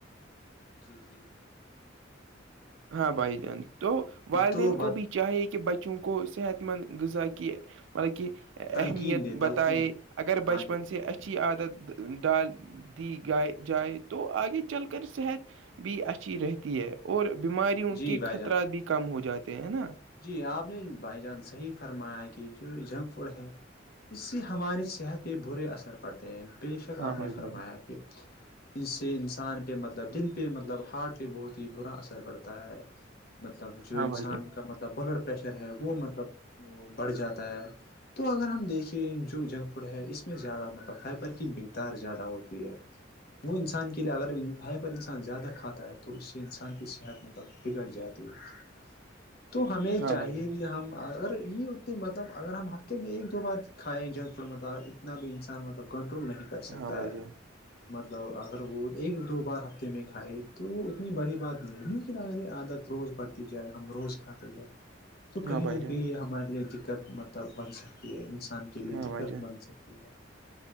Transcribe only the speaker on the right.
ہاں والدین تو والدین
کو بھی چاہیے کہ بچوں کو صحت مند غذا کی مطلب کہ اہمیت
بتائے
اگر بچپن
سے اچھا ا عادت ڈال دی گائے جائے تو آگے چل کر صحت بھی اچھی رہتی ہے اور بیماریوں
کے
خطرات
بھی کم ہو جاتے ت ہیں نا
ہاں
بھائی
جان
ہاں
بھائی جان
ہاں
بھائی جان
ہاں بھائی
جان
ہاں
بھائی جان
ہاں
بھائی جان